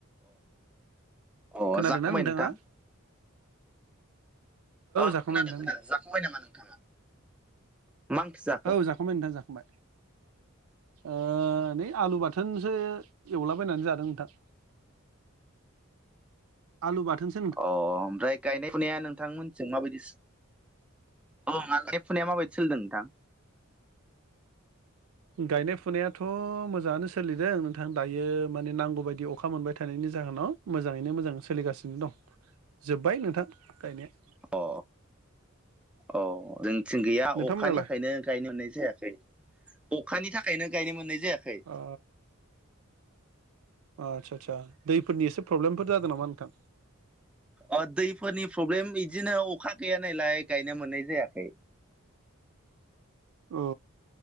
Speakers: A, in the centre; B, on the right.
A: अ-अ
B: खोनादोंना
A: जाखांबाय
B: नोंथाङा
A: नोंथां औ
B: जाखांबाय
A: खोनादों
B: नोंथां
A: खोनादों
B: नै
A: जाखांबाय नामा नोंथाङा मा ओंख्रि जाखो
B: औ जाखांबाय नोंथां जाखांबाय ओ नै आलु बाथोनसो एवलाबायनानै जादों नोंथां
A: <inaudible>
B: आलु बाथोन
A: अ ओमफ्राय गायनाय फुनाया नोंथां मोनथिजों माबायदि औ गायनाय फुनाया माबायदि सोललिदों नोंथां
B: गायनाय फुनायाथ' मोजाङानो सोलिदों नोंथां दायो माने नांगौबायायदि अखा मोनबाय थानायनि जाहोनाव मोजाङैनो मोजां सोलिगासिनो दं जोब्बाय नोंथां गायनाया
A: अ अ जोंथिं गैया
B: नोंथांमोनालाय
A: अखानि थाखायनो गायनो मोननाय जायाखै अखानि थाखायनो गायनो मोननाय जायाखै
B: अ आचचसा आदसा दैफोरनि एसे प्रब्लेमफोर जादों नामा नोंथां
A: अ दैफोरनि प्रब्लेम बिदिनो अखा गैय नालाय गायनो मोननाय जायाखै
B: अ